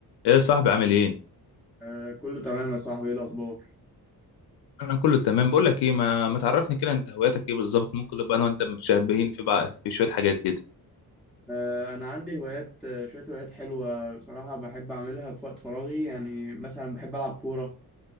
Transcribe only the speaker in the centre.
آه كله تمام يا صاحبي ايه الاخبار
آه انا عندي هوايات آه شويه هوايات حلوه بصراحه بحب اعملها في وقت فراغي يعني مثلا بحب العب كوره